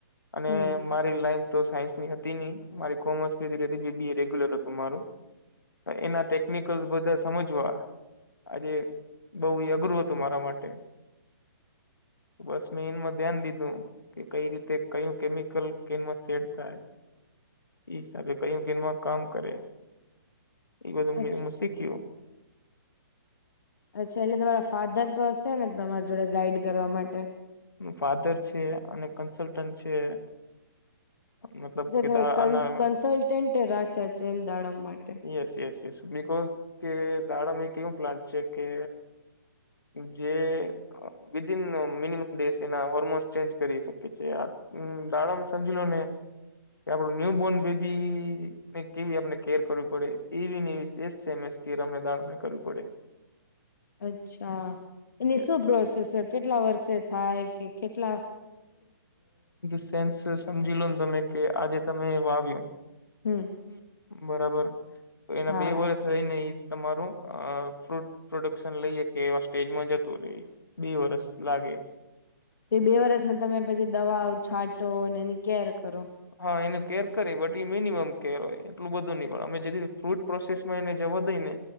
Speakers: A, on the left; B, on the left.
A: અને
B: હમ
A: મારી લાઈન તો સાયન્સની હતી મારી કોમર્સ લીધી બિબિ એ રેગ્યુલર હતું મારું એના ટેકનિકલ્સ બધા સમજવા આજે બઉ અઘરું હતું મારા માટે બસ મેં એનમાં ધ્યાન દીધું કે કઈ રીતે કયું કેમિકલ કેનમાં સેટ થાય એ હિસાબે કયું ગલમાં કામ કરે એ બધું
B: અચ્છા
A: મે શીખ્યું
B: અચ્છા એટલે તમારા ફાધર તો હશે ને તમારી જોડે ગાઈડ કરવા માટે
A: ફાધર છે અને કન્સલ્ટન્ટ છે મતલબ
B: પછા
A: કે
B: તમે
A: આના
B: કન્સલ્ટન્ટ રાખ્યા છે એમ દાડમ માટે
A: યેસ યેસ યેસ બિકોઝ કે દાડામાં એક કેવું પ્લાન્ટ છે કે જે વિદન મિનિમમ ડેસ એના હોર્મોન્સ ચેન્જ કરી શકે છે હમ દાડમ સમજી લો ને કે આપડું ન્યુ બોર્ન બેબી ને કેવી આપણે કેર કરવી પડે એવીને એવીશેષ સેમસ કેર અમને દાળમને કરવી પડે
B: અચ્છા એની
A: યસ
B: શું પ્રોસેસ કેટલા વર્ષે થાય કે કેટલા
A: સેન્સ સમજી લો ને તમે કે આજે તમે વાવ્યું
B: હમ
A: બરાબર એના
B: હા
A: બે વર્ષ રઈને એ તમારું આ ફ્રૂટ પ્રોડક્શન લઈએ કે એવા સ્ટેજમાં જતું રેય બે વરસ લાગે
B: એ બે વરસમાં તમે પછી દવાઓ છાંટો અને એની કેર કરો
A: હા એનું કેર કરી બટ મિનિમમ કેર હોય એટલું બધું નહી પણ અમે જે ફ્રૂટ પ્રોસેસમાં એને જવાદઈ ને